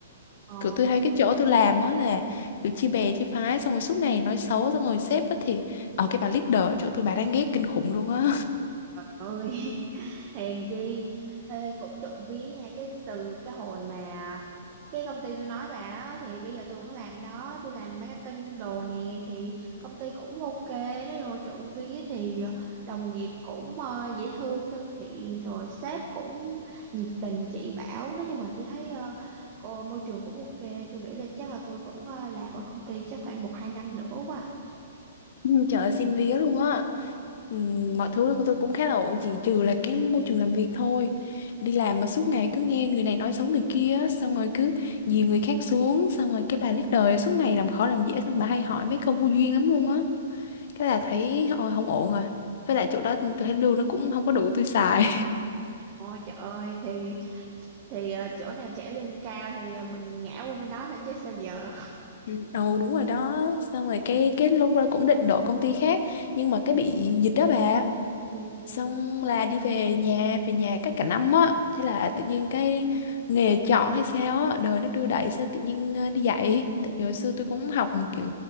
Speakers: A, on the right (about 35°); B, on the left (about 55°).
A: Ờ.
B: kiểu tôi thấy cái chỗ tôi làm á là kiểu chia bè chia phái xong rồi suốt ngày nói xấu xong rồi sếp á thì ở cái bà leader ở chỗ tôi bà đang ghét kinh khủng luôn á
A: ơi <laughs> hèn chi Ê, cũng trộm vía nha cái từ cái hồi mà cái công ty tôi nói bà á thì bây giờ tôi vẫn làm đó tôi làm marketing đồ nè thì công ty cũng ok nói chung là trộm vía thì đồng nghiệp cũng ờ, dễ thương thân thiện rồi sếp cũng nhiệt tình chỉ bảo nói chung là tôi thấy ờ, cô môi trường cũng ok tôi nghĩ là chắc là tôi vẫn ờ, làm ở công ty chắc khoảng một hai năm nữa quá
B: Ừ, Trời ơi, xin vía luôn á ừ, Mọi thứ của tôi cũng khá là ổn Chỉ trừ là cái môi trường làm việc thôi Đi làm mà suốt ngày cứ nghe người này nói xấu người kia á, Xong rồi cứ dìm người khác xuống Xong rồi cái bà leader đời suốt ngày làm khó làm dễ Xong bà hay hỏi mấy câu vô duyên lắm luôn á Cái là thấy ôi không ổn rồi Với lại chỗ đó tôi thấy lương nó cũng không có đủ tôi xài
A: Ôi trời ơi thì thì ờ, chỗ nào trả lương cao thì ờ, mình ngã qua bên đó thôi chứ sao giờ
B: Ừ, <laughs> Ồ đúng rồi đó Xong rồi cái cái lúc đó cũng định đổi công ty khác Nhưng mà cái bị dịch đó bà
A: <laughs> ừ
B: xong là đi về nhà về nhà cách cả năm á thế là tự nhiên cái nghề chọn hay sao á đời nó đưa đẩy sao tự nhiên ờ, đi dạy tại vì hồi xưa tôi cũng học kiểu